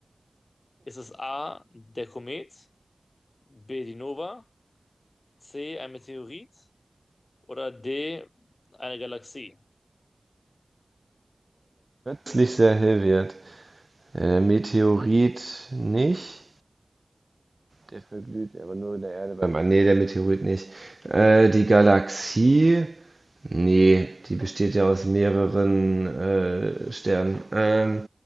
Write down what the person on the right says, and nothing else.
Ist nicht sehr hilfreich. Äh, der Meteorit nicht. Der verglüht aber nur der Erde beim. An. Nee, der Meteorit nicht. Äh, die Galaxie. Nee, die besteht ja aus mehreren äh, Sternen. Ähm,